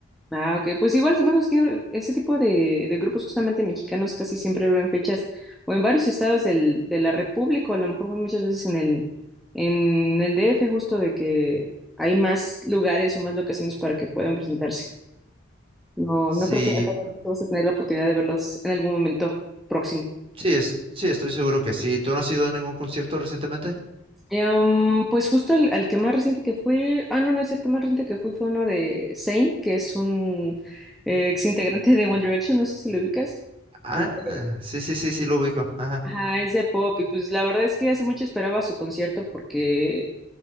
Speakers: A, in the centre; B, on the right.
A: Ah, ok, pues igual, bueno, es que ese tipo de, de grupos justamente mexicanos casi siempre duran fechas o en varios estados del, de la República, o a lo mejor muchas veces en el, en el DF, justo de que hay más lugares o más locaciones para que puedan presentarse. No,
B: Sí,
A: no creo que vas a tener la oportunidad de verlos en algún momento próximo.
B: sí, es- sí, estoy seguro que sí. ¿Tú no has ido a ningún concierto recientemente?
A: Em, pues justo al, al que más reciente que fui, ah, no, no es cierto, más reciente que fui fue uno de Zayn, que es un eh, ex integrante de One Direction, no sé si lo ubicas.
B: Ah,
A: Este,
B: sí, sí, sí, sí, lo ubico. Ajá.
A: Ajá, es de pop y pues la verdad es que hace mucho esperaba su concierto porque